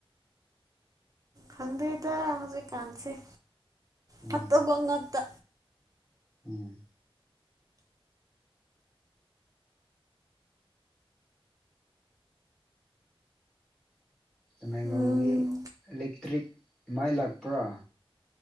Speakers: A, on the right; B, in the centre.
A: ꯈꯪꯗꯦꯗ ꯍꯧꯖꯤꯛꯀꯥꯟꯁꯦ
B: ꯎꯝ
A: ꯐꯠꯇꯕ ꯉꯥꯠꯇ
B: ꯎꯝ ꯇꯃꯦꯡꯂꯣꯡꯒꯤ
A: ꯎꯝ
B: ꯏꯂꯦꯛꯇ꯭ꯔꯤꯛ ꯃꯩ ꯂꯥꯛꯄ꯭ꯔꯥ